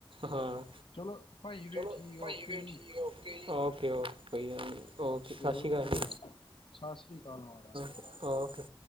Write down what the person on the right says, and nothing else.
ਹਾਂ,
ਚਲੋ
ਭਾਈ
ਜੀ ਓਕੇ ਜੀ ਓਕੇ ਓਕੇ <inaudible> ਕੋਈ ਗ ਓਕੇ ਸਤਿ ਸ਼੍ਰੀ
ਅਕਾਲ
ਜੀ ਓਕੇ